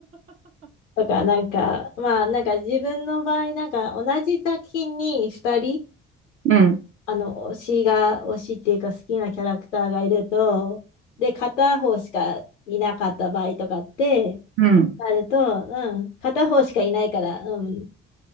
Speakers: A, on the left; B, on the right.
A: とか、なんか、まあなんか自分の場合、なんか同じ作品に2人、
B: うん、
A: あの、推しが、推しっていうか好きなキャラクターがいると、で、片方しかいなかった場合とかって、
B: うん。
A: なると、うん、片方しかいないから、うん、